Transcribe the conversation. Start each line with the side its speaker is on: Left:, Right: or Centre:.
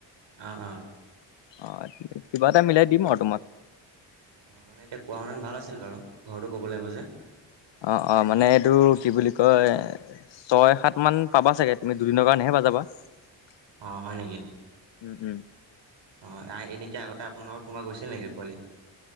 Right: অ', অ',
Left: অ', কিবা এটা মিলাই দিম আৰু তোমাক।
Right: অ', মানে এতিয়া কোৱা হলে ভাল আছিল বাৰু, ঘৰটো ক'ব লাগিব যে।
Left: অ', অ', মানে এইটো কি বুলি কয়, ছয় সাত মান পাবা চাগে তুমি দুদিনৰ কাৰণেহে প যাবা। <unintelligible>
Right: অ', হয় নেকি?
Left: উম।
Right: অ', এনেকে আগতে আপোনালোকৰ কোনোবা গৈছিল নেকি পোৱালি